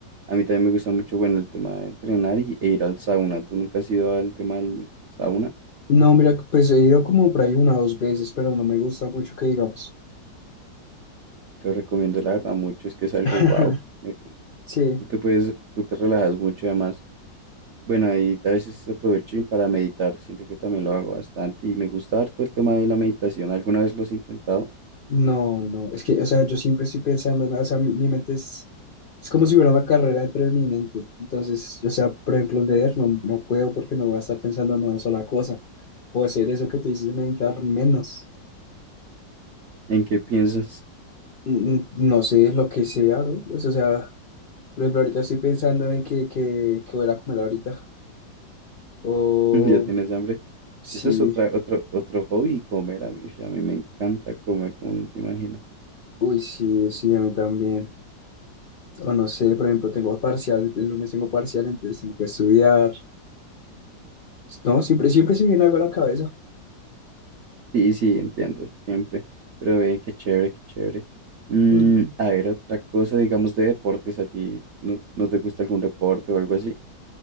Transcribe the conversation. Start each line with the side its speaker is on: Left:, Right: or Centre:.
Right: A mí también me gusta mucho, bueno, el tema de entrenar y, e ir al sauna. ¿Tú nunca has ido al tema del sauna?
Left: No, mira, pues he ido como por ahí una o dos veces, pero no me gusta mucho que digamos.
Right: Lo recomiendo, la verdad, mucho. Es que es algo
Left: <laughs>
Right: wow. Me-
Left: Sí.
Right: tú te puedes, tú te relajas mucho y además. Bueno, ahí a veces aprovecho y para meditar. Siento que también lo hago bastante y me gusta harto el tema de la meditación. ¿Alguna vez lo has intentado?
Left: No, no, es que, o sea, yo siempre estoy pensando, en- o sea, mi, mi mente es, es como si hubiera una carrera dentro de mi mente. Entonces, o sea, por ejemplo, leer no, no puedo porque no voy a estar pensando en una sola cosa. O hacer eso que te dices de meditar menos.
Right: ¿En qué piensas?
Left: Mm, mm, No sé lo que sea, ¿no? Pues, o sea, por ejemplo, ahorita estoy pensando en que, que, que voy a ir a comer ahorita. O
Right: <laughs> ¿Ya tienes hambre?
Left: sí,
Right: Ese es otra, otro, otro hobby, comer. A mí, a mí me encanta comer, como no te imaginas.
Left: uy, sí, sí, a mí también. O no sé, por ejemplo, tengo parcial, el lunes tengo parcial, entonces tengo que estudiar. No, siempre, siempre se me viene algo a la cabeza.
Right: Sí, sí, entiendo, siempre. Pero ve, qué chévere, qué chévere. Mm,
Left: Mm.
Right: a ver, otra cosa, digamos, de deportes, ¿a ti no, no te gusta algún deporte o algo así?